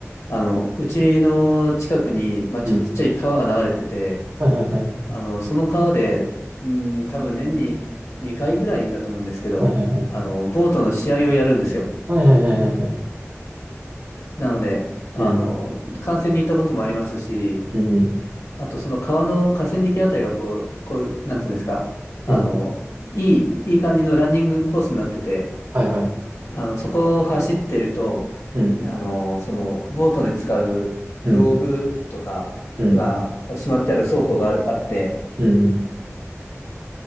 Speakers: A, on the left; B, on the right.
A: あ。あの、うちの近くに、まあ、ちょっとちっちゃい川が流れてて、
B: うん。はいはいはい。
A: あの、その川で、うん、多分年に2回ぐらいだと思うんですけど、
B: はいはいはい。
A: あの、ボートの試合をやるんですよ。
B: はいはいはいはいはい。
A: なので、あの、
B: うん。
A: 観戦に行ったこともありますし、
B: うんうん。
A: あと、その川の河川敷あたりがこう、こう、なんていうんですか、あの、
B: うん。
A: いい、いい感じのランニングコースになってて、
B: はいはい。
A: あの、そこを走ってると、
B: うん。
A: あの、その、ボートで使う道具とかがしまってある倉庫がある、
B: うん。うん。
A: あって、
B: うん。うん。